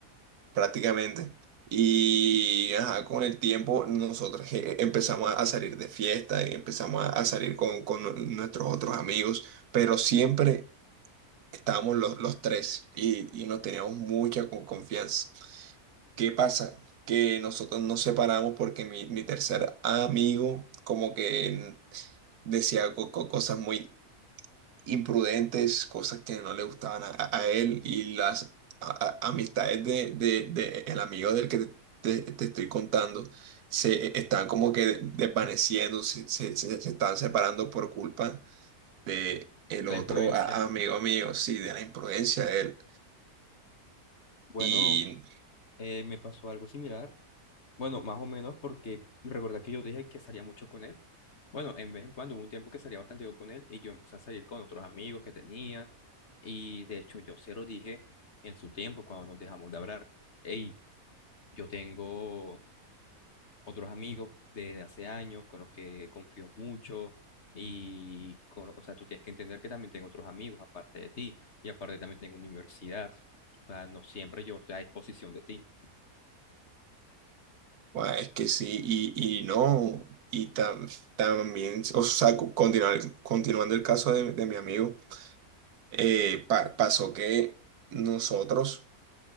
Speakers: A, on the right (about 80°); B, on the left (about 50°).
A: prácticamente. Y ajá, con el tiempo nosotros eh, empezamos a salir de fiesta, y empezamos a a salir con, con nu- nuestros otros amigos, pero siempre estábamos los, los tres y, y nos teníamos mucha co- confianza. ¿Qué pasa? Que nosotros nos separamos porque mi, mi tercer amigo como que decía co- co- cosas muy imprudentes, cosas que no le gustaban a, a- a él y las a- a- amistades de, de- de el amigo del que te, te- te estoy contando se eh, están como que desvaneciendo, se, se- se- se están separando por culpa de el
B: La
A: otro
B: imprudencia.
A: a- amigo mío, sí, de la imprudencia de él.
B: Bueno,
A: Y
B: eh, me pasó algo similar. Bueno, más o menos porque recordá que yo dije que salía mucho con él. Bueno, en vez en cuando hubo un tiempo que salía bastante yo con él y yo empecé a salir con otros amigos que tenía. Y de hecho yo se lo dije en su tiempo cuando nos dejamos de hablar. Hey, yo tengo otros amigos de hace años con los que confío mucho y, con, o sea, tú tienes que entender que también tengo otros amigos aparte de ti y aparte también tengo universidad. O sea, no siempre yo estoy a disposición de ti.
A: bueno, es que sí, y, y no. Y tam- también, o sea, cu- continuar- continuando el caso de, de mi amigo, eh, pa- pasó que nosotros